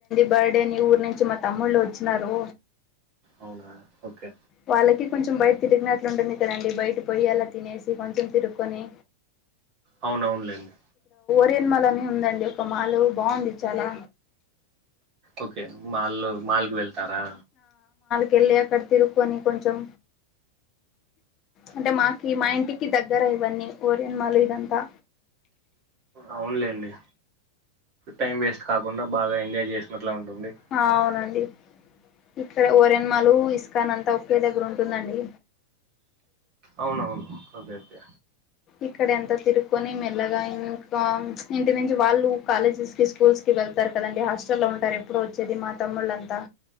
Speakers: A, on the left; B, on the right.
A: బర్డే అని ఊరు నుంచి మా తమ్ముళ్ళు వచ్చినారు
B: అవునా ఓకే
A: వాళ్ళకి కొంచెం బయట తిరిగినట్లు ఉంటది కదండి బయట పోయి అలా తినేసి కొంచెం తిరుక్కొని
B: అవునవునులేండి
A: సేమ్ అలానే ఉందండి ఒక మాలు బాగుంది చాలా
B: ఓకే మాళ్ళు మాల్ కు వెళ్తారా
A: కెళ్ళి అక్కడ తిరుక్కొని కొంచెం అంటే మాకి మా ఇంటికి దగ్గర ఇవన్నీ ఓరియన్మాలు ఇదంతా
B: అవునులేండి టైం వేస్ట్ కాక్ కాకుండా బాగా ఎంజాయ్ చేసినట్లే ఉంటుంది
A: ఆ అవునండి ఇక్కడ ఓరెన్మాలు ఇస్కాన్ అంతా ఒకే దగ్గర ఉంటుందండి
B: అవునవును ఓకే ఓకే
A: ఇక్కడ అంత తిరుకొని మె లాగా ఇంకా ఇంటి నుంచి వాళ్ళు కాలేజెస్ కి స్కూల్స్ కి వెళ్తారు కదండి హాస్టల్లో ఉంటారు ఎప్పు వచ్చేది మా తమ్ముళ్ళంతా